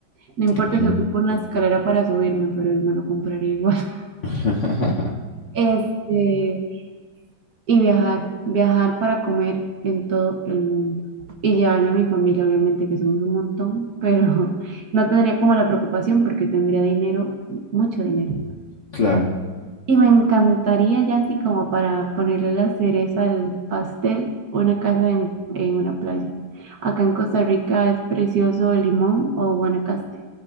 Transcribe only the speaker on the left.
Ok.
<laughs>
Claro,